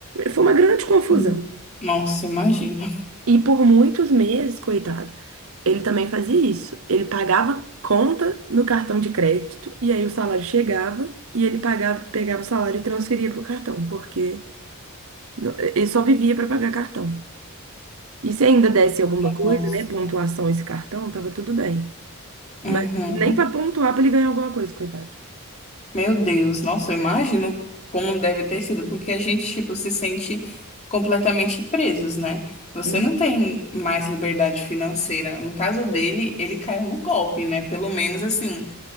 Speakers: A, on the right; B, on the left.
A: Foi uma grande confusão.
B: Hum. Nossa, imagina.
A: E por muitos meses, coitado, ele também fazia isso. Ele pagava conta no cartão de crédito, e aí o salário chegava, e ele pagava, pegava o salário e transferia para o cartão, porque no- ele só vivia para pagar cartão. E se ainda desse alguma
B: Nossa.
A: coisa, né, pontuação esse cartão, tava tudo bem.
B: Uhum.
A: Mas nem pra pontuar pra ele ganhar alguma coisa, coitado.
B: Meu Deus, nossa, eu imagino como deve ter sido, porque a gente, tipo, se sente completamente presos, né? Você
A: Hum.
B: não tem mais liberdade financeira. No caso dele, ele caiu no golpe, né? Pelo menos, assim,